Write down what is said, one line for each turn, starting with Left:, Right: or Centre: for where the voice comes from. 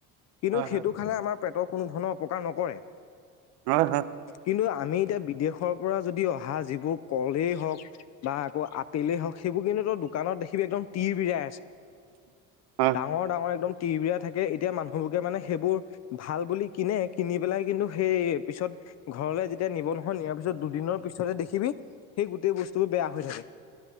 Left: কিন্তু
Right: হয় হয়
Left: সেইটো খালে আমাৰ পেটৰ কোনো ধৰণৰ অপকাৰ নকৰে।
Right: হয় হয়
Left: কিন্তু আমি এতিয়া বিদেশৰ পৰা যদি অহা যিবোৰ কলেই হওক বা আকৌ আপেলেই হওক সেইবোৰ কিন্তু দোকানত দেখিবি একদম তিৰবিৰাই আছে।
Right: <inaudible> হয়
Left: ডাঙৰ ডাঙৰ একদম টিউবিয় থাকে। তেতিয়া মানুহবকে মানে সেইবোৰ ভাল বুলি কিনে কিনি পেলাই কিন্তু সেই পিছত ঘৰলে যেতিয়া, এতিয়া নিবনুৱা নিয়াৰ পিছত দুদিনৰ পিছতে দেখিবি সেই গোটেই বস্তুবোৰ বেয়া হৈ থাকে।